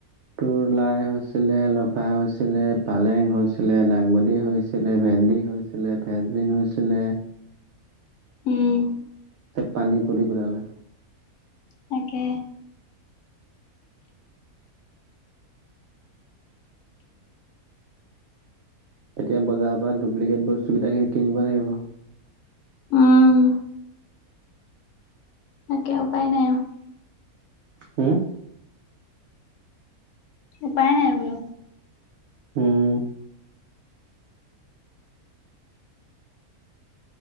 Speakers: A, on the right (about 65°); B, on the left (about 60°).
A: তোৰ লাই হৈছিলে, লফা হৈছিলে, পালেং হৈছিলে, লাংবাদী হৈছিলে, ভেন্দি হৈছ ছিলে ফেচবিন হৈছিলে।
B: উম।
A: চব পানী পুতি পেলালে।
B: তাকে।
A: এতিয়া বজাৰৰ পৰা ডুপ্লিকেট বস্তু কেইটা <unintelligible> কিনিব লাগিব।
B: উম। তাকে উপায় নাই আৰু।
A: হম?
B: উপায় নাই বোলো।
A: উম।